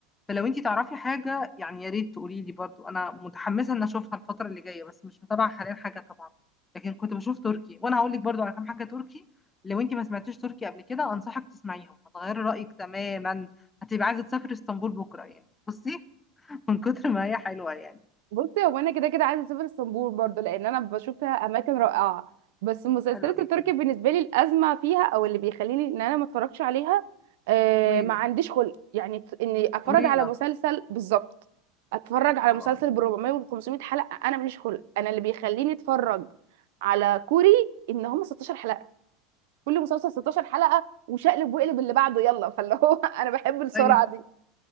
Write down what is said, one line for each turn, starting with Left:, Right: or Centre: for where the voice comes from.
Left: فلو انت تعرفي حاجه يعني يا ريت تقولي لي برضو انا متحمسه ان اشوفها الفتره اللي جايه بس مش متابعه حاليا حاجه طبعا لكن كنت بشوف تركي وانا هقول لك برضو على كام حاجه تركي لو انت ما سمعتيش تركي قبل كده انصحك تسمعيهم هتغيري رايك تماما هتبقى عايزه تسافري اسطنبول بكره يعني بصي <laughs> من كتر ما هي حلوه يعني
Right: بصي هو انا كده كده عايزه اسافر اسطنبول برضو لان انا بشوف فيها اماكن رائعه بس المسلسلات
Left: حلوه جدا
Right: التركي بالنسبه لي الازمه فيها او اللي بيخليني ان انا ما اتفرجش عليها آه
Left: طويله
Right: ما عنديش خلق يعني ت- اني اتفرج
Left: طويله
Right: على مسلسل بالظبط اتفرج على
Left: اه
Right: مسلسل ب 400 وال 500 حلقه انا ماليش خلق انا اللي بيخليني اتفرج على كوري ان هم 16 حلقه كل مسلسل 16 حلقه وشقلب وقلب اللي بعده يلا فاللي هو <laughs> انا بحب السرعه
Left: ايوه
Right: دي